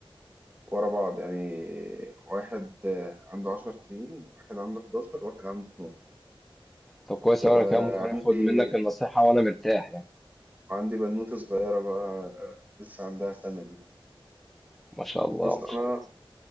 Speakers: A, on the right; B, in the centre.
A: ورا بعض يعني واحد آه، عنده عشر سنين واحد عنده حداشر واحد عنده اتناشر
B: طب كويس
A: وعندي
B: أوي أنا كده ممكن آخد منك النصيحة وأنا مرتاح يعني
A: عندي بنوتة صغيرة بقى آه، لسه عندها سنة دي
B: ما شاء الله
A: بص
B: ما
A: أنا
B: شاء الله